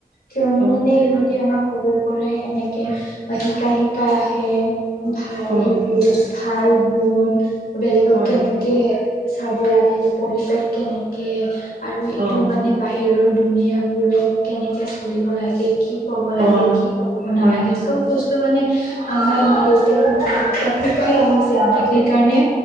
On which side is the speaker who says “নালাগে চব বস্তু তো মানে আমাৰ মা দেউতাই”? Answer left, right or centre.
Left